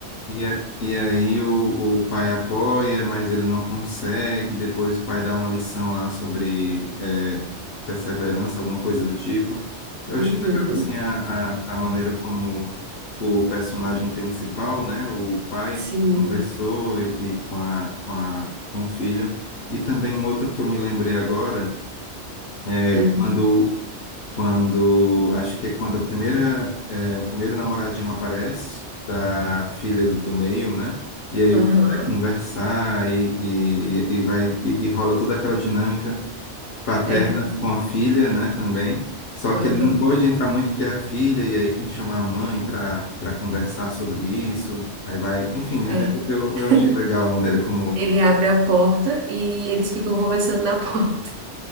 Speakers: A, on the left; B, on the right.
A: e, a- e aí o, o pai apoia, mas ele não consegue. Depois o pai dá uma lição lá sobre é, perseverança, alguma coisa do tipo. Eu
B: Uhum.
A: achei legal assim a, a, a maneira como o personagem principal, né, o pai
B: Sim.
A: conversou e, e com a, com a, com o filho. E também um outro que eu me lembrei agora é
B: Uhum.
A: quando quando, acho que é quando a primeira, é, o primeiro namoradinho aparece, da filha do meio, né? E aí
B: Aham.
A: o- povo vai conversar e, e, e vai, e, e rola toda aquela dinâmica paterna
B: É engraçado.
A: com a filha, né, também. Só
B: Aham,
A: que ele não pode entrar muito porque é a filha, e aí tem que chamar a mãe para para conversar sobre isso. Aí vai, enfim,
B: é.
A: é- eu,
B: <laughs>
A: eu achei legal a maneira como.
B: Ele abre a porta e eles ficam conversando na <laughs> porta.